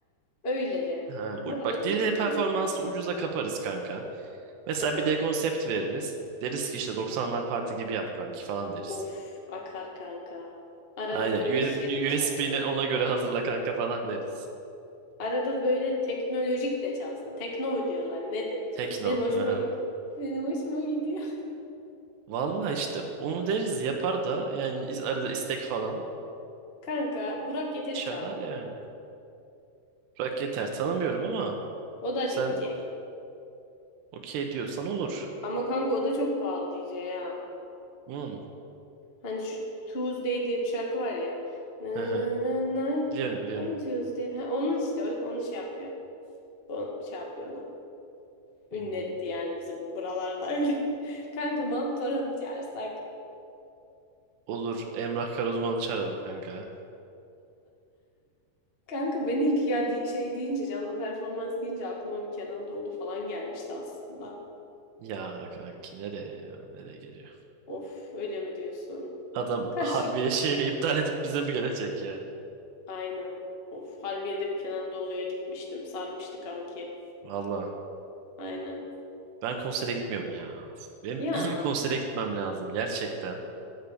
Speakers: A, on the left; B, on the right.
A: öyleli.
B: Ha,
A: Bu
B: u-
A: arada
B: bak DJ
A: okey.
B: performansı ucuza kaparız kanka. Mesela
A: Aha.
B: bir de konsept veririz. Deriz ki işte doksanlar parti gibi yap kanki falan deriz.
A: Of akar kanka. Arada
B: Aynen.
A: böyle şey de çalsın.
B: USB'ni ona göre hazırla kanka falan deriz.
A: Arada böyle teknolojik de çalsın. Tekno mu diyorlar nedir?
B: Tekno.
A: Benim hoşuma
B: aha.
A: gidiyor. Benim hoşuma gidiyor. <laughs>
B: Vallahi işte onu deriz yapar da yani iz- arada istek falan
A: Kanka Burak Yeter'i
B: çalar
A: çağıralım.
B: yani. Bırak yeter tanımıyorum ama
A: O da
B: sen
A: DJ.
B: okey diyorsan olur.
A: Ama kanka o da çok pahalı DJ ya.
B: Hmm.
A: Hani şu Tuesday diye bir şarkı var ya. Na
B: hı
A: na
B: hı.
A: na na na.
B: Biliyorum biliyorum.
A: I'm Tuesday. Ha, onun işte o- onu şey yapıyor. O şey yapıyor onu. Ünletti
B: Hmm.
A: yani bizim buralarda öyle. <laughs> Kanka Mahmut Orhan'ı çağırsak.
B: Olur Emrah Karaduman'ı çağıralım kanka.
A: Kanka ben ilk ya di- şey deyince canlı performans deyince aklıma bir Kenan Doğulu falan gelmişti aslında.
B: Ya kanki nereye ya, nereye geliyor?
A: Of öyle mi diyorsun?
B: Adam
A: Kaş.
B: Harbiye şeyini iptal edip bize mi gelecek ya?
A: Aynen. Of Harbiye'de bir Kenan Doğulu'ya gitmiştim. Sarmıştı kanki.
B: Vallahi.
A: Aynen.
B: Ben konsere gitmiyorum ya. Of, Benim
A: Ya
B: iyi bir konsere gitmem lazım gerçekten.